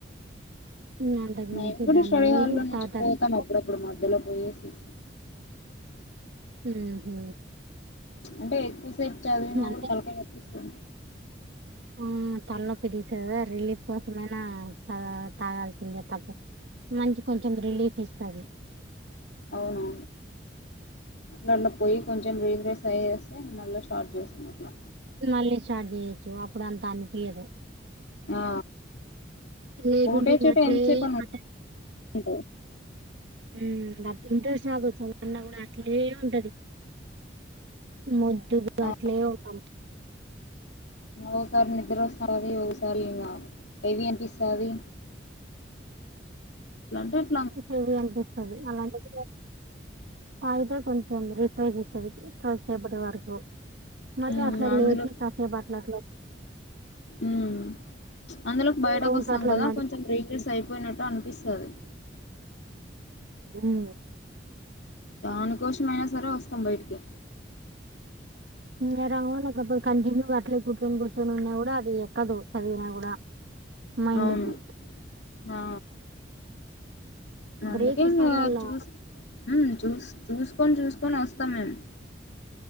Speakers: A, on the right; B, on the left.
A: ఇంగ అంతకు
B: మేము
A: మించి
B: కూడా
A: దాన్ని
B: స్టడీ హాల్లో
A: మీరు
B: నుంచి
A: తాగుతారా
B: పోతాం
A: సిస్టర్
B: అప్పుడప్పుడు మధ్యలో పోయేసిస్తాం
A: ఉహూ
B: అంటే ఎక్కువసేపు చదివినా
A: అంటే
B: కూడా తలకాయ నొప్పివస్తాది
A: ఆ తలనొప్పి తీసదా రిలీఫ్ కోసమైనా తగా తాగాల్సిందే తప్పదు మంచి కొంచెం రిలీఫ్ ఇస్తది
B: అవునా నన్ను పోయి కొంచెం రీగ్రేస్ అయేస్తే మళ్ళీ స్టార్ట్ చేసాం అట్లా
A: మళ్ళీ స్టార్ట్ చేయొచ్చు అప్పుడు అంత అనిపియ్యదు
B: ఆ
A: లేకుంటే
B: ఉటే
A: ఇంగ
B: చోట
A: అట్లే
B: ఎంతసే కొ <unintelligible>
A: అట్ట
B: ఉంటది
A: ఉ అట్లా ఇంట్రెస్ట్ రాదు చదివినా కూడా అట్లనే ఉంటది మొద్దు <inaudible> గా
B: ఆ
A: అట్లే ఉంటాం
B: ఒకసారి నిద్ర అస్తది ఒకసారి ఇగా హెవీ అనిపిస్తది లండన్
A: హెవీ అనిపిస్తది అలాంటి <unintelligible> ఫయిదా కొంచెం రిఫ్రైస్ ఇస్తుంది ప్ర కొంచేపటి వరకు మళ్ళీ
B: మ్మ్
A: అట్లా
B: అందులో
A: లేసి కాసేపు అట్లా అట్లా
B: ఉమ్ అందులోకి బయటకు
A: రౌండ్స్
B: వస్తాం
A: అట్లా
B: కదా
A: నడిచి
B: కొంచెం రిఫ్రెష్ అయిపోయినట్టు అనిపిస్తది
A: ఉమ్
B: దానికోసమయినా సరే వస్తాం బయటికి
A: ఇ రంగ లేకపోతే కంటిన్యూ అట్లే కూర్చొని కూర్చొని ఉన్నా కూడా అది ఎక్కదు చదివిన కూడా మైండ్
B: అవును
A: కి
B: అ అందుకే
A: బ్రేక్ ఇస్తాండల్లా
B: ఇంగా చూస్ ఉమ్ చూ చూసుకొని చూసుకొని అస్తాం మేమ్